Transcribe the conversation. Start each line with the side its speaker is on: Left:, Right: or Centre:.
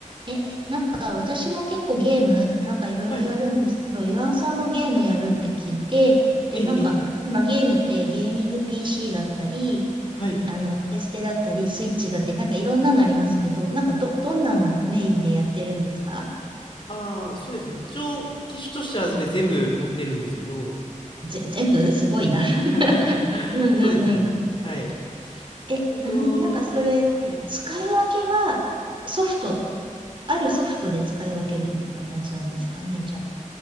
Right: え、なんか私も結構ゲーム、なんかいろいろやるんですけど、
Left: はい。
Right: 岩尾さんもゲームやるって聞いて、で、
Left: ええ、
Right: なんか今ゲームってゲーミング
Left: ええ。
Right: PC だったり、
Left: はい。
Right: あの、プレステだったり、スイッチだったり、なんかいろんなのありますけど、なんかど、どんなのメインでやってるんですか
Left: ああ、そうですね。一応、機種としてはそれ全部持ってるんですけど。
Right: ぜ、全部 <laughs> すごいな <laughs>
Left: <laughs>
Right: うんうんうん。
Left: そうですね。はい。
Right: え、
Left: うんと、
Right: うん、なんかそれ、
Left: はい。
Right: 使い分けはソフト、あるソフトで使い分けるみたいな感じなんですかね、じゃあ。